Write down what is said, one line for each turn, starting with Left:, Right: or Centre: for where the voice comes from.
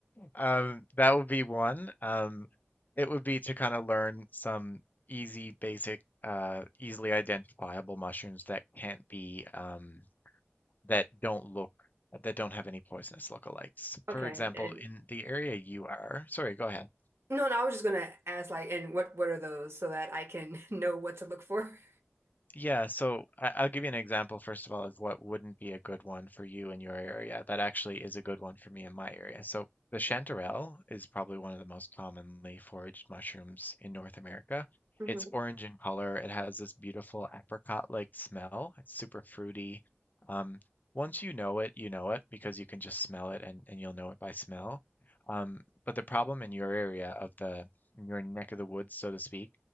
Left: Um, that would be one. Um, it would be to kind of learn some easy, basic, uh, easily identifiable mushrooms that can't be, um, that don't look, that don't have any poisonous lookalikes.
Right: Okay,
Left: For example,
Right: and
Left: in the area you are, sorry, go ahead.
Right: no, no, I was just gonna ask like, and what what are those so that I can <laughs> know what to look for?
Left: Yeah, so I- I'll give you an example, first of all, of what wouldn't be a good one for you in your area. That actually is a good one for me in my area. So the chanterelle is probably one of the most commonly foraged mushrooms in North America.
Right: hmm
Left: It's orange in color. It has this beautiful apricot-like smell. It's super fruity. Um, once you know it, you know it because you can just smell it and, and you'll know it by smell. Um, but the problem in your area of the, in your neck of the woods, so to speak,